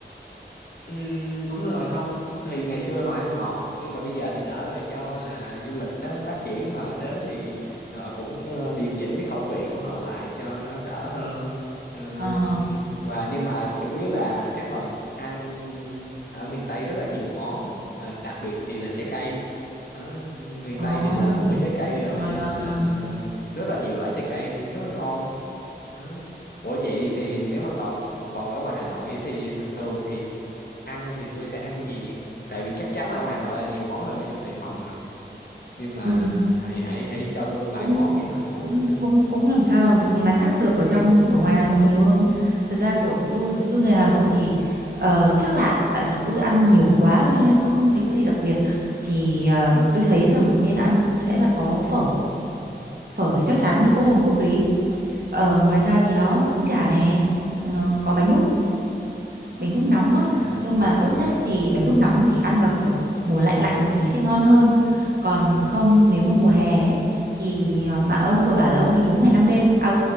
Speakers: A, on the left (about 60°); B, on the right (about 55°).
A: Ừm, đúng rồi không thì ngày xưa họ ăn ngọt nhưng mà bây giờ thì đỡ rồi do là du lịch á, phát triển họ đến thì họ cũng ờ, điều chỉnh cái khẩu vị của họ lại cho nó đỡ hơn Ờ,
B: ờ
A: và nhưng mà chủ yếu là cái phần ăn ở miền Tây rất là nhiều món và đặc biệt thì là trái cây đó miền
B: ờ
A: Tây thì là vựa trái cây rồi
B: ngon
A: cho nên
B: ngon
A: là
B: ngon
A: rất là nhiều loại trái cây rất là ngon đó. Ủa vậy thì nếu mà còn còn ở ngoài Hà Nội thì à, thường thì ăn thì tôi sẽ ăn cái gì nhỉ? Tại vì chắc chắn là ngoài Hà Nội là nhiều món hơn ở trong Sài Gòn rồi. Nhưng mà
B: ừ
A: hãy hãy hãy cho tôi vài
B: cũng
A: món đi, vài món
B: cũng
A: thử đi.
B: cũng cũng làm sao mà mà chắc được ở trong ở ngoài Hà Nội nhiều hơn thật ra kiểu tôi
A: <laughs>
B: tôi người Hà Nội thì ờ, chắc là tại vì tôi ăn nhiều quá cho nên tôi không thấy có gì đặc biệt thì ờ, tôi thấy rằng nên ăn sẽ là có phở phở thì chắc chắn rồi có hồn quốc túy Ờ, ngoài ra thì đó bún chả nè ờ, có bánh đúc bánh đúc nóng á
A: À,
B: nhưng mà tốt
A: ừ,
B: nhất thì bánh đúc nóng thì ăn vào kiểu mùa lạnh lạnh một tí sẽ ngon hơn còn không nếu mà mùa hè ấy, thì ờ, mà ông vừa bảo là ông đi 4 ngày 5 đêm à